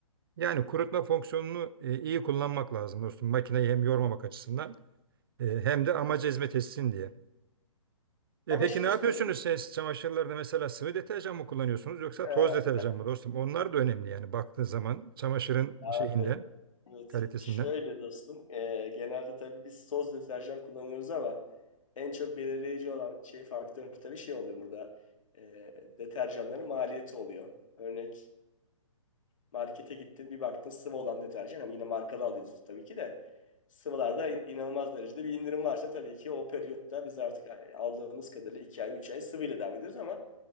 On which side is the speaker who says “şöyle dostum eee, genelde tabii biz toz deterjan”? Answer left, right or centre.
Left